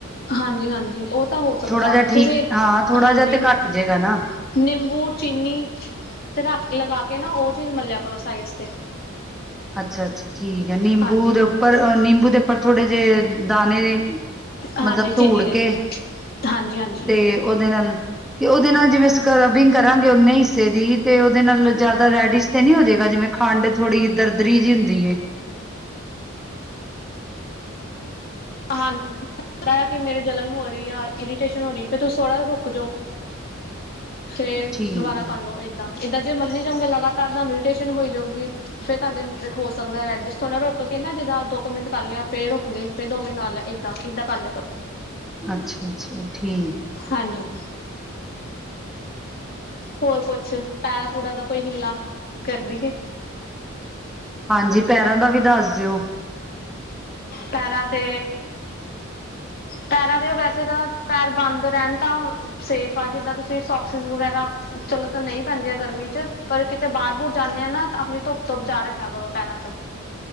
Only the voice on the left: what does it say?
ਹਾਂਜੀ ਹਾਂਜੀ ਉਹ ਹੋ ਸਕਦਾ
ਤੁਸੀਂ
ਹਾਂਜੀ
ਨਿੰਬੂ
ਚੀਨੀ ਰਾਤੀ ਲਗਾ ਕੇ ਕੇ ਨਾ ਉਹ ਚੀਜ਼ ਮਲਿਆ ਕਰੋ ਸਾਈਡਸ ਤੇ
ਹਾਂਜੀ
ਹਾਂਜੀ
ਹਾਂਜੀ
ਚੀਨੀ
ਦੇ
ਹਾਂਜੀ ਹਾਂਜੀ
ਹਾਂਜੀ ਪ ਕਿ ਮੇਰੇ ਜਲਣ ਹੋ ਰਹੀ ਆ ਇਰੀਟੇਸ਼ਨ ਹੋ ਰਹੀ ਫਿਰ ਤੁਸੀਂ ਥੋੜ੍ਹਾ ਜਿਹਾ ਰੁਕ ਜਾਉ। ਫਿਰ
ਦੁਬਾਰਾ
ਕਰਲੋ ਇਦਾ ਏਦਾਂ ਜੇ ਮੱਲੀ ਜਾਊਂਗੇ। ਲਗਾਤਾਰ ਤੁਹਾਨੂੰ ਇਰਿੱਟੇਸ਼ਨ ਹੋ ਜਾਊਗੀ ਫੇਰ ਤੁਹਾਡੇ ਹੋ ਸਕਦਾ ਐਡ ਥੋੜ੍ਹਾ ਰੁਕ ਕੇ ਨਾ ਜਿੱਦਾਂ ਦੋ ਕੁ ਮਿੰਟ ਕਰ ਲਿਆ ਫੇਰ ਰੁਕ ਗਏ। ਫਿਰ ਦੋ ਮਿੰਟ ਨਾਲ ਏਦਾਂ ਏਦਾਂ ਕਰ ਲਿਆ ਕਰੋ।
ਹਾਂਜੀ ਹੋਰ ਕੁਛ ਪੈਰਾ ਪੁਰਾ ਦਾ ਕੋਈ ਹਿੱਲਾ। ਕਰਦੀ ਹੈ।
ਪੈਰਾਂ ਤੇ ਪੈਰਾਂ ਤੇ ਉਹ ਵੈਸੇ ਤਾਂ ਪੈਰ ਬੰਦ ਰਹਿਣ ਤਾਂ ਸੇਫ ਆ ਜਿੱਦਾਂ ਤੁਸੀਂ ਸੋਕਸਿਸ ਵਗੈਰਾ ਚਲੋ ਤਾਂ ਨਹੀਂ ਪੈਂਦੀਆਂ ਗਰਮੀ ਚ ਪਰ ਕਿਤੇ ਬਾਹਰ ਬੁਹਰ ਜਾਂਦੇ ਆ ਨਾ ਆਪਣੀ ਧੁੱਪ ਤੋਂ ਬਚਾ ਰੱਖਿਆ ਕਰੋ ਪੈਰਾਂ ਤੋਂ